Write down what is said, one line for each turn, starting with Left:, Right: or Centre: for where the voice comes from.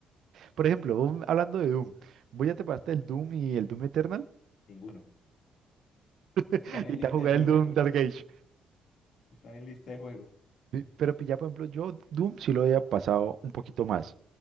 Right: Por ejemplo, vos hablando de Doom, ¿voy ya te pasaste el Doom y el Doom Eternal
Left: Ninguno.
Right: <laughs>
Left: Están en
Right: y te
Left: lista
Right: vas a jugar
Left: de juego.
Right: el Doom Dark Age.
Left: Están en lista de juego.
Right: ¿sí? Pero ya, por ejemplo, yo Doom sí lo había pasado un poquito más.